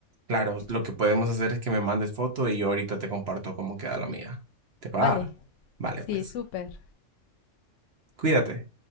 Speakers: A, on the right (about 55°); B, on the left (about 80°).
A: Claro,
B: Si te-
A: lo que podemos hacer es que me mandes foto y yo ahorita te comparto cómo queda la mía. ¿Te va?
B: Vale,
A: Vale,
B: sí,
A: pues,
B: súper.
A: cuídate.